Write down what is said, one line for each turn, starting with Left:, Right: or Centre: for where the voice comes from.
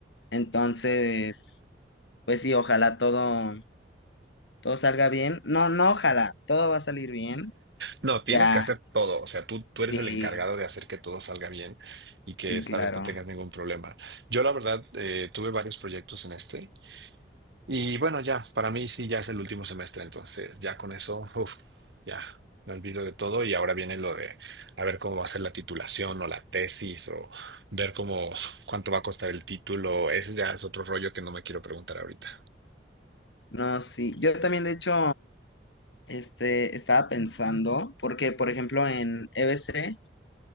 Left: Entonces, pues sí, ojalá todo, todo salga bien. No, no, ojalá, todo va a salir bien.
Right: No, tienes
Left: Ya,
Right: que hacer todo, o sea, tú, tú eres
Left: sí,
Right: el encargado de hacer que todo salga bien y
Left: sí,
Right: que esta
Left: claro.
Right: vez no tengas ningún problema. Yo la verdad eh, tuve varios proyectos en este y bueno, ya, para mí sí, ya es el último semestre, entonces ya con eso, uf, ya me olvido de todo y ahora viene lo de a ver cómo va a ser la titulación o la tesis o ver cómo cuánto va a costar el título, ese ya es otro rollo que no me quiero preguntar ahorita.
Left: No, sí. Yo también, de hecho, este, estaba pensando, porque, por ejemplo, en EBC